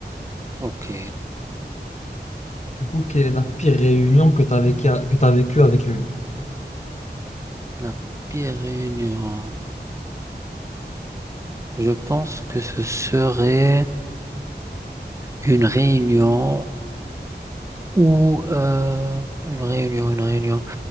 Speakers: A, on the right (about 15°); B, on the left (about 40°).
A: ok.
B: Du coup, quelle est la pire réunion que tu as vécue que tu vécue avec lui?
A: La pire réunion. Je pense que ce serait une réunion ou euh, une réunion, une réunion.